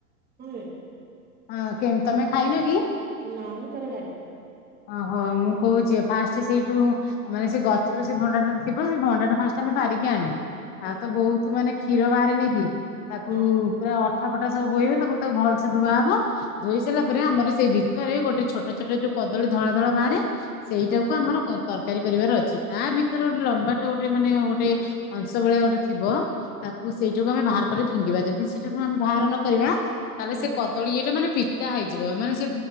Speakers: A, on the right (about 20°); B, on the left (about 20°).
A: ହୁଏ।
B: ହଁ କେମ ତମେ ଖାଇନ କି?
A: ନାଇଁ ତଥାବି।
B: ଓହୋ ମୁଁ କହୁଚି ଫାଷ୍ଟ ସେଇଠୁ ମାନେ ସେ ଗଛରୁ ସେ ଭଣ୍ଡା ଟା ସେ କଣ ଭଣ୍ଡାଟା ଫାଷ୍ଟ ଟା ଆମେ ବାହାରିକି ଆଣୁ
A: ହୁଁ
B: ଆଉ ତ ବୋହୁତ ମାନେ କ୍ଷୀର ବାହାରେନି କି? ତାକୁ
A: ହଁ
B: ପୁରା ଅଠା ପଟା ସବୁ ବୋହିବ ତାକୁ ତାକୁ ଭଲସେ ଧୁଆ ହବ। ଧୋଇ ସାରିଲା ପରେ ଆମର ସେଇ ଭିତରେ ଗୋଟେ ଛୋଟ ଛୋଟ ଯୋଉ କଦଳୀ ଧଳା ଧଳା ବାହାରେ ସେଇଟାକୁ
A: ହୁଁ
B: ଆମର ତରକାରୀ କରିବାର ଅଛି, ତା ଭିତରେ
A: ହୁଁ
B: ଗୋଟେ ଲମ୍ବାଟା ଗୋଟେ ଗୋଟେ ମାନେ ଗୋଟେ ଅଂଶ ଭଳିଆ ଗୋଟେ ଥିବ। ତାକୁ ସେଇଟାକୁ ଆମେ ବାହାର କରିି ଫିଙ୍ଗିବା ଯଦି ସେଇଠାକୁ ଆମେ ବାହାର ନକରିବା ତାହେଲେ
A: ହୁଁ
B: ସେ କଦଳୀ ଇ ଟା ମାନେ ପିତା ହେଇଯିବ, ମାନେ ସେ